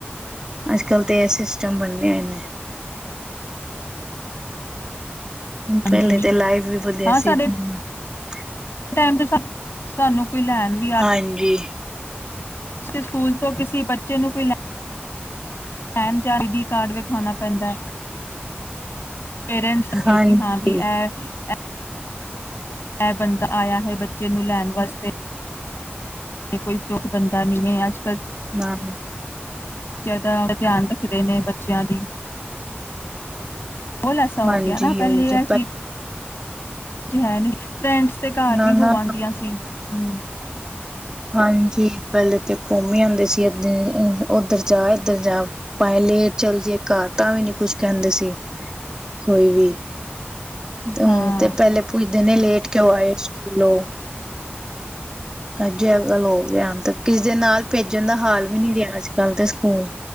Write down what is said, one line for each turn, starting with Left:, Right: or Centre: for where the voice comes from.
Right: ਅੱਜ ਕਲ ਤਾਂ ਐਸੀ ਸਿਸਟਮ ਬਣੇ ਹੋਏ ਨੇ
Left: ਹਾਂਜੀ
Right: ਪਹਿਲੇ ਤੇ ਲਾਈਫ ਵੀ ਵਧੀਆ
Left: ਹਾਂ
Right: ਸੀ
Left: ਸਾਡੇ
Right: ਹ
Left: ਟਾਈਮ ਨਾਲ ਸਾਨੂੰ ਕੋਈ ਲੈਣ ਵੀ
Right: ਹਾਂਜੀ।
Left: ਸਕੂਲ ਤੋਂ ਕਿਸੀ ਬੱਚੇ ਨੂੰ ਕੋਈ ਲੈਣ ਵ ਪੈਨ ਜਾਂ ਆਈ ਡੀ ਕਾਰਡ ਵਿਖਾਣਾ ਬੰਦਾ- ਪੇਰੈਂਟਸ ਹੁੰਦੀ
Right: ਹਾਂਜੀ
Left: ਹੈ। ਕਿ ਹਾਂ ਵੀ ਇਹ ਮੈਂ ਬਣਦਾ ਆਇਆ ਹੈ ਬੱਚੇ ਨੂੰ ਲੈਣ ਵਾਸਤੇ ਤੇ ਕੋਈ ਫਰੂਟ ਬਣਦਾ ਨੀ ਹੈ ਅਜ
Right: ਹਾਂ
Left: ਜ਼ਿਆਦਾ ਧਿਆਨ ਰੱਖਦੇ ਨੇ ਬੱਚਿਆਂ ਦੀ ਬੋਲ ਐਸਾ ਹੋ
Right: ਹਾਂਜੀ
Left: ਗਿਆ ਨਾ ਪਹਿਲੇ
Right: ਹੁਣ ਤੇ
Left: ਆ ਚੀਜ਼ ਜੇ ਹੈ ਨੀ ਫਰੈਂਡਸ ਤੇ ਘਰ
Right: ਨਾ-ਨਾ
Left: ਵੀ ਹੋ ਆਂਦੀਆਂ ਸੀ ਹਮ
Right: ਹਾਂਜੀ ਪਹਿਲੇ ਤੇ ਘੁੰਮ ਹੀ ਆਉਂਦੇ ਸੀਧ ਉੱਧਰ ਜਾ ਇਧਰ ਜਾ ਭ ਲੇ ਚੱਲਦੀਏ ਘ ਤਾਂ ਵੀ ਨੀ ਕੁਛ ਕਹਿੰਦੇ ਸੀ ਕੋਈ ਵੀ ਹਮ
Left: ਹਾਂ
Right: ਤੇ ਪਹਿਲੇ ਪੂ ਦਿਨੇ ਲੇਟ ਕਿਉਂ ਆਏ ਸਕੂਲੋਂ ਅੱਜੇ ਅ ਗੱਲ ਹੋ ਗਿਆ ਕਿਸ ਦੇ ਨਾਲ ਭੇਜ ਜਣ ਦਾ ਹਾਲ ਵੀ ਨਹੀਂੀ ਰਿਹਾ ਅੱਜ ਕੱਲ੍ਹ ਦੇ ਸਕੂਲ